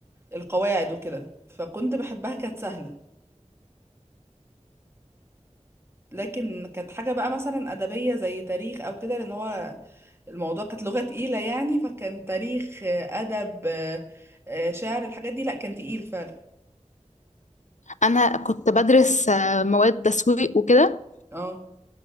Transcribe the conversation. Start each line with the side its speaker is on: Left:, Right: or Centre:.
Right: القواعد وكده فكنت بحبها كانت سهلة لكن كانت حاجة بقى مثلا أدبية زي تاريخ أو كده لأن هو الموضوع كانت لغة تقيلة يعني فكان تاريخ آه، أدب آه، آه، شعر الحاجات دي لأ كان تقيل فعلا
Left: انا كنت بدرس آه، مواد تسويق وكده
Right: اه